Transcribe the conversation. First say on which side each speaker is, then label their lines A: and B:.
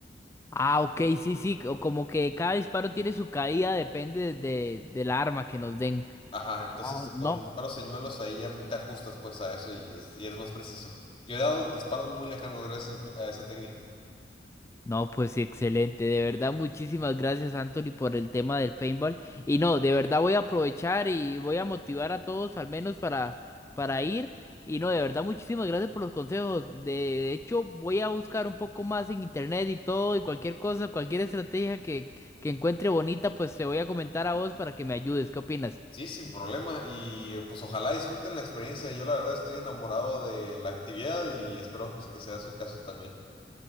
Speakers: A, on the left; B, on the left.
A: Ah, ok, sí, sí, o como que cada disparo tiene su caída, depende de, del arma que nos den.
B: Ajá, entonces
A: Oh,
B: con
A: no,
B: disparos señuelos ahí ya te ajustas pues a eso y, es- y eres más preciso. Yo he dado disparos muy lejanos gracias a, a esa técnica.
A: No, pues sí, excelente. De verdad, muchísimas gracias, Anthony, por el tema del paintball. Y no, de verdad voy a aprovechar y voy a motivar a todos, al menos para, para ir. Y no, de verdad, muchísimas gracias por los consejos. De, de hecho, voy a buscar un poco más en internet y todo, y cualquier cosa, cualquier estrategia que, que encuentre bonita, pues te voy a comentar a vos para que me ayudes. ¿Qué opinas?
B: Sí, sin problema, y eh, pues ojalá disfruten la experiencia. Yo la verdad estoy enamorado de la actividad y espero pues que sea su caso también.